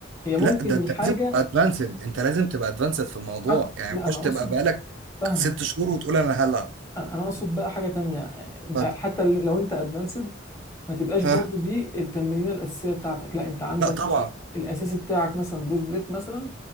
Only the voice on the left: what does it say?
هي ممكن
الحاجة
حتى
لا
أنا
أقصد
فاهمة
أنا أقصد بقى حاجة تانية بقى
حتى لو أنت أدفانسد ما تبقاش
برضو دي التمرينة الأساسية بتاعتك لا أنت عندك
مثلا الأساسي بتاعك مثلا بروس بليت مثلا